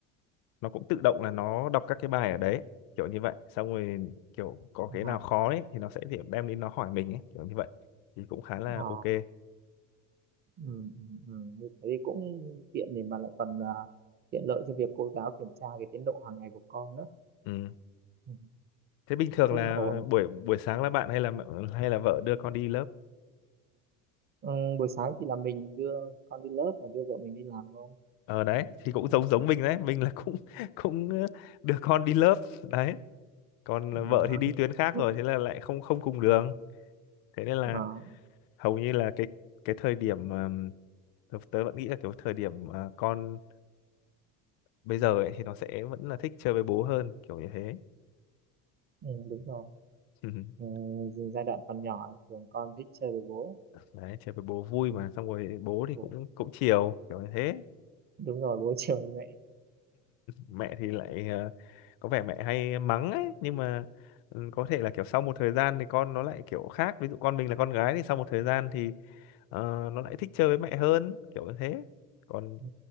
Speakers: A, on the left (about 60°); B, on the right (about 25°).
A: nó cũng tự động là nó đọc các cái bài ở đấy kiểu như vậy xong rồi kiểu có
B: ờ,
A: cái nào khó ấy thì nó sẽ điểm đem đến nó hỏi mình ấy kiểu như vậy thì cũng khá là
B: ờ.
A: ok
B: Ừ, ừ, ừ. Như thế thì cũng tiện để mà lại còn à, tiện lợi cho việc cô giáo kiểm tra cái tiến độ hàng ngày của con nữa
A: ừ
B: ừ,
A: Thế bình thường
B: rất
A: là
B: là ổn
A: ờ, buổi buổi sáng là bạn hay là mẹ- hay là vợ đưa con đi lớp?
B: ừ, buổi sáng thì là mình đưa con đi lớp và đưa vợ mình đi làm luôn
A: Ờ đấy, thì cũng giống
B: ừ.
A: giống mình đấy, mình là cũng <laughs> cũng ờ, đưa con đi lớp đấy. Còn
B: Ờ,
A: vợ thì đi tuyến khác
B: <laughs>
A: rồi, thế là lại không không cùng đường. Thế nên là
B: ờ,
A: hầu như là cái cái thời điểm ờm, tớ tớ vẫn nghĩ là kiểu thời điểm ờ, con bây giờ ấy thì nó sẽ vẫn là thích chơi với bố hơn, kiểu như thế.
B: ừ, đúng rồi
A: <laughs>
B: ừ, dù giai đoạn còn nhỏ thường con thích chơi với bố
A: Đấy, chơi với bố vui
B: ừ,
A: mà xong rồi bố thì
B: bố
A: cũng cũng chiều kiểu như thế.
B: đúng rồi bố chơi với mẹ
A: mẹ thì lại ờ, có vẻ mẹ hay mắng ấy nhưng mà ừ, có thể là kiểu sau một thời gian thì con nó lại kiểu khác ví dụ con mình là con gái thì sau một thời gian thì ờ, nó lại thích chơi với mẹ hơn kiểu như thế còn
B: ừ,